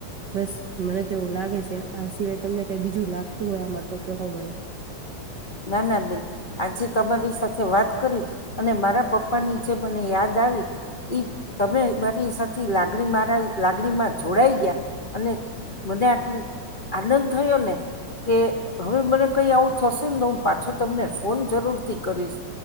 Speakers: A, on the right (about 70°); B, on the left (about 65°).
A: બસ મને તો એવું લાગે છે આ સિવાય તમને કઈ બીજું લાગતું હોય આમાં તો કે હો મને
B: નાન અભિન આજે તમારી સાથે વાત કરી અને મારા પપ્પાની જે મને યાદ આવી ઈ તમે મારી સાથે લાગણી મારા લાગણીમાં જોડાઈ ગયા અને મને આટલું આનંદ થયો ને કે હવે મને કઈ આવુ થશે તો હું પાછો તમને ફોન જરૂરથી કરીશ